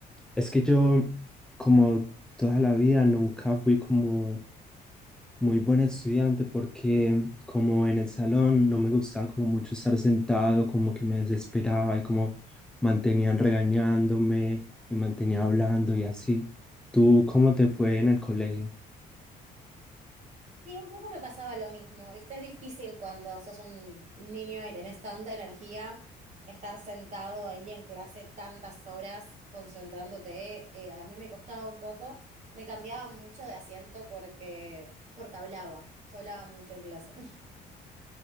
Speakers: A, in the centre; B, on the right.
A: es que yo como toda la vida nunca fui como muy buen estudiante porque como en el salón no me gustaba como mucho estar sentado, como que me desesperaba y como mantenían regañándome y mantenía hablando y así. ¿Tú cómo te fue en el colegio?
B: Sí, un poco me pasaba lo mismo, ¿viste? Es difícil cuando sos un niño y tenés tanta energía estar sentado ahí en clase tantas horas concentrándote. eh, a mí me costaba un poco, me cambiaba mucho de asiento porque, porque hablaba, yo hablaba mucho en clase. <laughs>